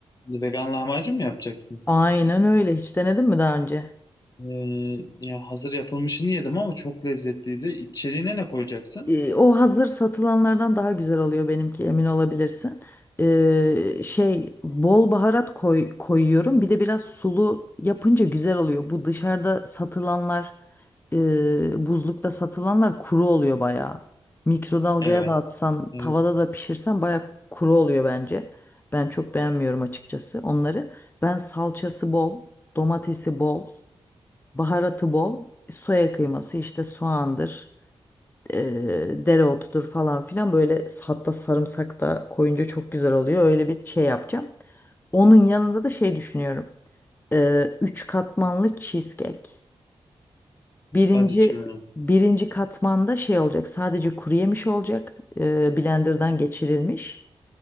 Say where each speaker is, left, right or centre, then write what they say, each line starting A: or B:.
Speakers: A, on the left; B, on the left.
A: Vegan lahmacun mu yapacaksın?
B: Aynen öyle. Hiç denedin mi daha önce?
A: Ee, ya hazır yapılmışını yedim ama çok lezzetliydi. İçeriğine ne koyacaksın?
B: E, o hazır satılanlardan daha güzel oluyor benimki emin olabilirsin. E, şey bol baharat koy, koyuyorum. Bir de biraz sulu yapınca güzel oluyor. Bu dışarıda satılanlar e, buzlukta satılanlar kuru oluyor bayağı. Mikrodalgaya
A: Evet.
B: da atsan
A: Evet.
B: tavada da pişirsen bayağı kuru oluyor bence. Ben çok beğenmiyorum açıkçası onları. Ben salçası bol, domatesi bol, baharatı bol, soya kıyması işte soğandır e, dereotudur falan filan böyle hatta sarımsak da koyunca çok güzel oluyor. Öyle bir şey yapacağım. Onun yanında da şey düşünüyorum. E, üç katmanlı cheesecake. Birinci
A: Hadi canım.
B: birinci katmanda şey olacak. Sadece kuru yemiş olacak. E, blenderdan geçirilmiş.